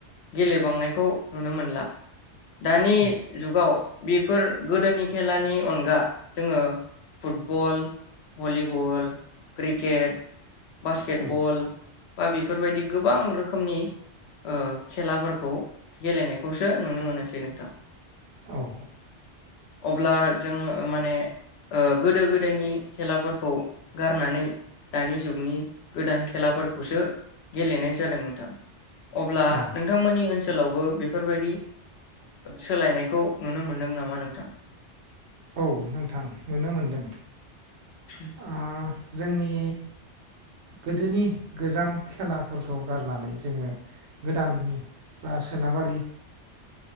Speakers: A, on the left (about 65°); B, on the right (about 70°).
A: गेलेबांनायखौ नुनो मोनला। दानि
B: औ
A: जुगाव। बेफोर गोदोनि खेलानि अनगा जोङो फुटबल भलिबल क्रिकेट बासकेटबल
B: औ
A: बा बेफोरबायदि गोबां रोखोमनि ओ खेलाफोरखौ गेलेनायखौसो नुनो मोनसै नोंथां।
B: औ औ।
A: अब्ला जों मानेओ गोदो गोदायनि खेलाफोरखौ गारनानै दानि जुगनि गोदान खेलाफोरखौसो गेलेनाय जादों नोंथां। अब्ला
B: औ
A: नोंथांमोननि ओनसोल ओनसोलावबो बेफोरबायदि सोलायनायखौ नुनो मोनदों नामा नोंथां।
B: औ नोंथां नुनो मोनदों।
A: <inaudible>
B: आ जोंनि गोदोनि गोजाम खेलाफोरखौ गारनानै जोङो गोदाननि बा सोनाबारि।